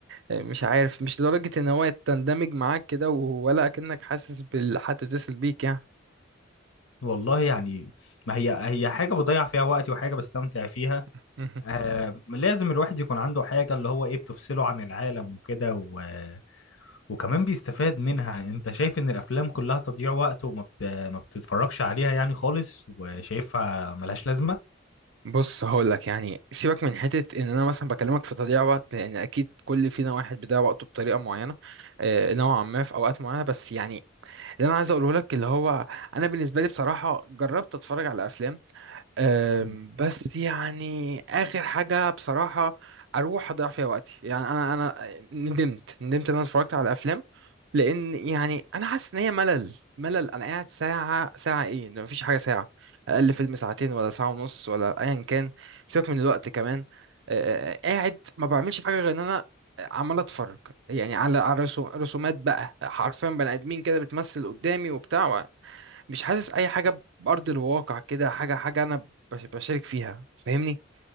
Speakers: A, on the right; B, on the left.
A: مش عارف مش لدرجة ان هو يتندمج معاك كده ولا كأنك حاسس بالحد تتصل بيك يعني
B: والله يعني ما هي هي حاجة بضيع فيها وقتي وحاجة بستمتع فيها
A: <laughs>
B: آه لازم الواحد يكون عنده حاجة اللي هو ايه بتفصله عن العالم وكده و... وكمان بيستفاد منها انت شايف ان الافلام كلها تضييع وقت وما بت... ما بتتفرجش عليها يعني خالص وشايفها ملهاش لازمة
A: بص هقول لك يعني سيبك من حته ان انا مثلا بكلمك في تضييع وقت لان اكيد كل فينا واحد بيضيع وقته بطريقه معينه آه، نوعا ما في اوقات معينه بس يعني اللي انا عايز اقوله لك اللي هو انا بالنسبه لي بصراحه جربت اتفرج على افلام أم،
B: مم.
A: بس يعني اخر حاجه بصراحه اروح اضيع فيها وقتي يعني انا انا ندمت ندمت ان انا اتفرجت على افلام لان يعني انا حاسس ان هي ملل ملل انا قاعد ساعه ساعه ايه ده مفيش حاجه ساعه اقل فيلم ساعتين ولا ساعه ونص ولا ايا كان سيبك من الوقت كمان أه، قاعد ما بعملش حاجه غير ان انا عمال اتفرج يعني على على رسو- رسومات بقى حرفيا بني ادمين كده بتمثل قدامي وبتاع مش حاسس اي حاجه بارض الواقع كده حاجه حاجه انا بش- بشارك فيها فاهمني